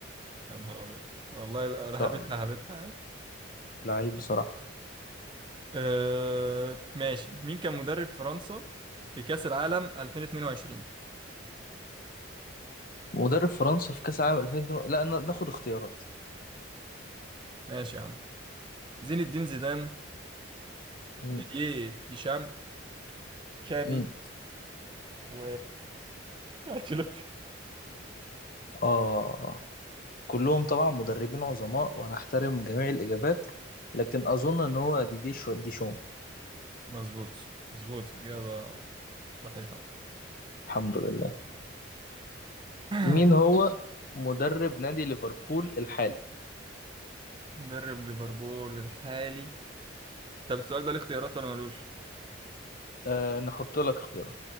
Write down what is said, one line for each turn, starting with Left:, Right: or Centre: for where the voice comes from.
Right: يا نهار ابيض والله لا-
Left: إن
Right: انا
Left: شاء
Right: هبتها
Left: الله
Right: هبتها يعني.
Left: لعيب بصراحة
Right: أه ماشي مين كان مدرب فرنسا في كأس العالم 2022
Left: مدرب فرنسا في كأس العالم 2002 لا ن- ناخد اختيارات
Right: ماشي يا عم زين الدين زيدان
Left: مم.
Right: ديدييه ديشام شافي
Left: مم.
Right: و <laughs> انشيلوتي
Left: اه كلهم طبعا مدربين عظماء وأنا أحترم جميع الإجابات لكن أظن إن هو ديدي شو- ديشام
Right: مظبوط مظبوط إجابة صحيحة
Left: الحمد لله
Right: <clears throat>
Left: مين هو مدرب نادي ليفربول الحالي
Right: مدرب ليفربول الحالي طب السؤال ده ليه اختيارات ولا ملوش؟
Left: آه نحط لك اختيارات